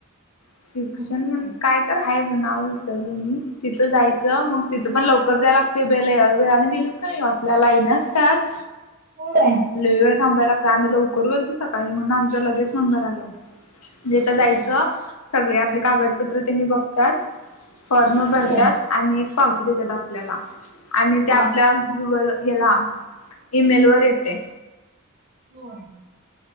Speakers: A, on the left; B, on the right.
A: शिक्षण
B: ऑफिस
A: म्हण
B: आहे.
A: काय तर आहे ब नाव विसरलं मी तिथं जायचं मंग तिथं पण लवकर जाय लागते, बे वेळाने गेलीस कनी असल्या लाईन असतात
B: होय
A: लय वेळ थांबाय लागत आम्ही लवकर गेलतो सकाळी म्हणून आमचा लगेच नंबर आला. म्हणजे ईथ जायचं,
B: बरं
A: सगळे आपले
B: हम्म
A: कागदपत्र त्यांनी बघतात फॉर्म भरतात
B: बर
A: आणि एक पावती देतात आपल्याला आणि ते
B: हा
A: आपल्या गुगल ह्याला ईमेल वर येते.
B: होय!